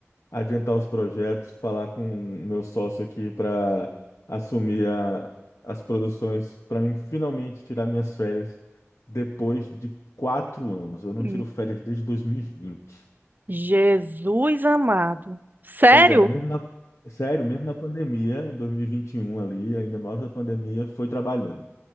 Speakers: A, on the left; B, on the right.
A: adiantar os projetos, falar com o meu sócio aqui para assumir a- as produções, para mim finalmente tirar minhas férias depois de quatro anos. Eu não
B: Hum,
A: tiro férias desde 2020.
B: Jesus amado. Sério?
A: Pois é, mesmo na, sério, mesmo na pandemia, em 2021 ali, ainda no auge da pandemia, foi trabalhando.